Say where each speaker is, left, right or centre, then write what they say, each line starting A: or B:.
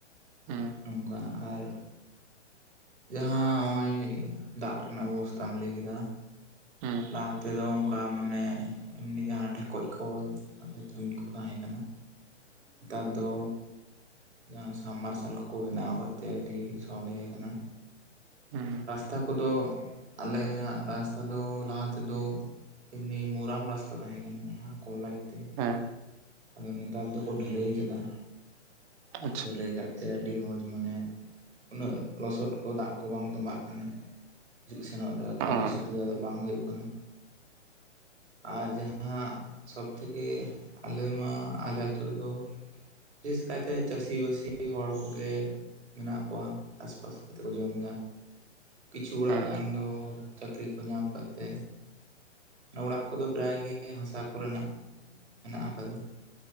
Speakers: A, on the right; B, on the right.
A: ᱦᱩᱸ
B: ᱱᱚᱝᱠᱟ ᱟᱨ ᱡᱟᱦᱟᱸ ᱦᱚᱸᱜ-ᱚᱭ ᱫᱟᱜ ᱨᱮᱱᱟᱜ ᱵᱮᱵᱚᱥᱛᱟᱢ ᱞᱟᱹᱭ ᱠᱮᱫᱟ
A: ᱦᱩᱸ
B: ᱞᱟᱦᱟ ᱛᱮᱫᱚ ᱚᱝ ᱠᱟ ᱢᱟᱱᱮ ᱮᱢᱱᱤ ᱡᱟᱦᱟᱸ ᱰᱷᱮᱠᱚᱡ ᱠᱚ ᱚᱱᱟᱛᱮ ᱠᱩᱧ ᱠᱚ ᱛᱟᱦᱮᱸ ᱠᱟᱱᱟ ᱾ ᱱᱮᱛᱟᱨ ᱫᱚ ᱡᱟᱦᱟᱸ ᱥᱟᱢ ᱢᱟᱨᱥᱟᱞ ᱠᱚᱠᱚ ᱵᱮᱱᱟᱣ ᱠᱟᱫ ᱛᱮ ᱟᱹᱰᱤ ᱥᱚᱞᱦᱮ ᱠᱟᱱᱟ᱾
A: ᱦᱩᱸ᱾
B: ᱛᱷᱟ ᱠᱚᱫᱚ ᱟᱞᱮᱭᱟᱜ ᱨᱟᱥᱛᱟ ᱫᱚ ᱞᱟᱦᱟ ᱛᱮᱫᱚ ᱮᱢᱱᱤ ᱢᱳᱨᱟᱢ ᱨᱟᱥᱛᱟ ᱛᱟᱦᱮᱸ ᱠᱟᱱᱟ ᱚᱱᱟ ᱡᱟᱦᱟᱸ ᱠᱚᱞᱞᱟᱪ ᱾ ᱛᱮ
A: ᱦᱮᱸ
B: ᱟᱫᱚ ᱱᱮᱛᱟᱨ ᱫᱚᱠᱚ ᱰᱷᱟᱹᱞᱟᱹᱭ ᱠᱟᱫᱟ
A: ᱟᱪᱪᱷᱟ
B: ᱰᱷᱟᱹᱞᱟᱹᱭ ᱠᱟᱜ ᱛᱮ ᱟᱹᱰᱤ ᱢᱚᱡᱽ ᱢᱟᱱᱮ ᱩᱱᱟᱹᱜ ᱞᱚᱥᱚᱫ ᱠᱚ ᱫᱟᱜ ᱠᱚ ᱵᱟᱝ ᱛᱚᱢᱵᱟᱜ ᱠᱟᱱᱟ ᱾ ᱦᱤᱡᱩᱜ ᱥᱮᱱᱚᱜ ᱨᱮ ᱠᱳᱱᱳ
A: ᱚᱸ
B: ᱚᱥᱩᱵᱤᱫᱷᱟ ᱫᱚ ᱵᱟᱝ ᱦᱩᱭᱩᱜ ᱠᱟᱱᱟ ᱾ ᱟᱨ ᱡᱟᱦᱟᱸ ᱥᱚᱵᱽ ᱛᱷᱮᱠᱮ ᱟᱞᱮ ᱢᱟ ᱟᱞᱮ ᱟᱹᱛᱩ ᱨᱮᱫᱚ ᱵᱮᱥ ᱠᱟᱭᱛᱮ ᱪᱟᱹᱥᱤ-ᱵᱟᱹᱥᱤ ᱦᱚᱲ ᱠᱚᱜᱮ ᱢᱮᱱᱟᱜ ᱠᱚᱣᱟ ᱪᱟᱥ-ᱵᱟᱥ ᱠᱟᱛᱮᱜ ᱠᱚ ᱡᱚᱢ ᱫᱟ ᱾ ᱠᱤᱪᱷᱩ ᱚᱲᱟᱜ
A: ᱦᱩᱸ
B: ᱜᱟᱱ ᱫᱚ ᱪᱟᱹᱠᱨᱤ ᱠᱚ ᱧᱟᱢ ᱠᱟᱫ ᱛᱮ, ᱚᱲᱟᱜ ᱠᱚᱫᱚ ᱯᱨᱟᱭ ᱜᱮ ᱦᱟᱥᱟ ᱠᱚᱨᱮᱱᱟᱜ ᱢᱮᱱᱟᱜ ᱟᱠᱟᱫᱟ ᱾